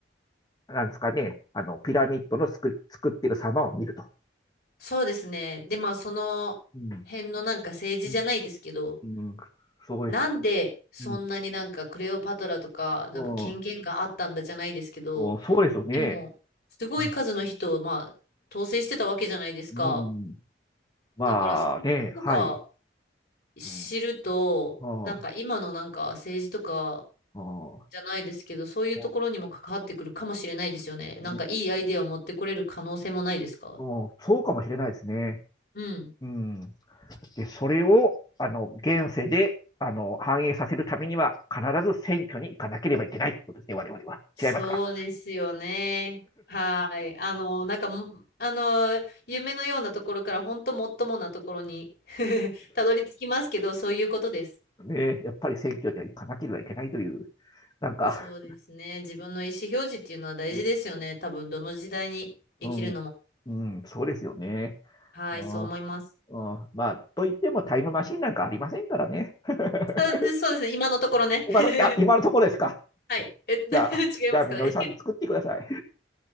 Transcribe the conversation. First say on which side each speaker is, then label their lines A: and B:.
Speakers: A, on the left (about 20°); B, on the left (about 55°).
A: なんですかね、あの、ピラミッドの作り、作ってる様を見ると。
B: そうですね。で、まあ、その辺のなんか政治じゃないですけど、
A: うん、うん、うんそうです。
B: なんでそんなになんかクレオパトラとかなんか権限があったんだじゃないですけど、
A: うん、うんおそうですよね。
B: でもすごい数の人をまあ統制してたわけじゃないですか。
A: うんうんまあね、
B: だからそれとか
A: はい。
B: 知ると、
A: うんあ
B: なんか今のなんか政治とか
A: あ、
B: じゃないですけど、
A: あ
B: そういうところにも関わってくるかもしれないですよね。
A: あ、
B: なんかいいアイデアを持ってこれる可能性もないですか
A: ね、あそうかもしれないですね。
B: うん。
A: うんで、それを、あの、現世で、あの、反映させるためには、必ず選挙に行かなければいけないってことですね、我々は。
B: そうですよね。
A: 違いますか
B: はい。あの、なんかも、あの、夢のようなところから、本当もっともなところに <laughs> たどり着きますけど、そういうことです。
A: <laughs> ね、やっぱり選挙には行かなければいけないという、なんか、
B: そうですね。自分の意思表示っていうのは大事ですよね。
A: うん、
B: 多分、どの時代に生きるのも。
A: うん、うんそうですよね。
B: はい、
A: ああ
B: そう思います。
A: うん、まあ、といってもタイムマシンなんかありませんからね。<laughs>
B: そうでそうですね。今のところね。
A: 今の、
B: <laughs>
A: あ、今のところですか。
B: はい。え、
A: じゃあ、
B: <laughs> 違いますかね。
A: じゃあ、みのりさん作ってください。
B: <laughs>